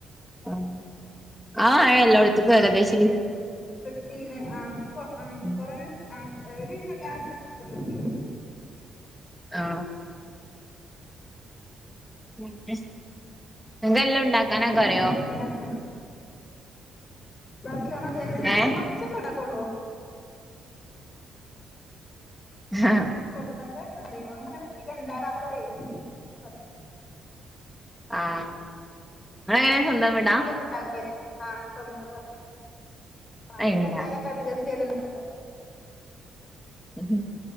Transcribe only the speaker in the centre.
ആഹ് ആഹ് മഴ എല്ലോട്ത്തുക്കും പെയ്തിണ്ട് ശി
ഉം
ആ <unintelligible>
അറിയോ
ഏഹ്
<unintelligible>
ആഹ് ഇങ്ങളെങ്ങനെ സ്വന്തം വീ
അയിണ്ടാ
ഉം